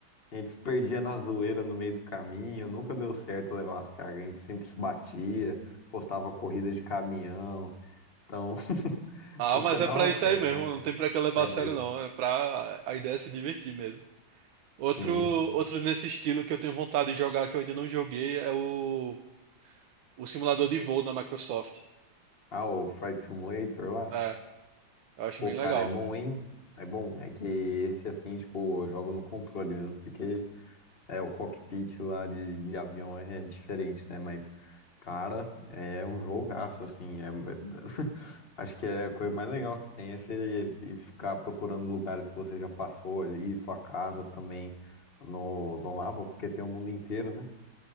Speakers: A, on the left; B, on the right.
A: A gente se perdia na zoeira no meio do caminho, nunca deu certo levar as cargas, a gente sempre se batia, postava corrida de caminhão, então <laughs>
B: Ah,
A: nunca
B: mas é
A: dava
B: pra isso
A: certo.
B: aí mesmo. Não tem pra que levar
A: É,
B: a sério,
A: mas
B: não. É pra. A ideia é se divertir mesmo. Outro,
A: sim.
B: outro nesse estilo que eu tenho vontade de jogar que eu ainda não joguei é o, o simulador de voo da Microsoft.
A: Ah, o Flight Simulator lá,
B: É, eu acho
A: pô,
B: bem
A: cara,
B: legal.
A: é bom, hein? É bom, é que esse assim, tipo, eu jogo no controle mesmo, porque É, o cockpit lá de, de avião é diferente, né? Mas, cara, é um jogaço, assim. É... <laughs> Acho que é a coisa mais legal que tem é você ir- ficar procurando lugares que você já passou ali, sua casa também no, no mapa, porque tem o mundo inteiro, né?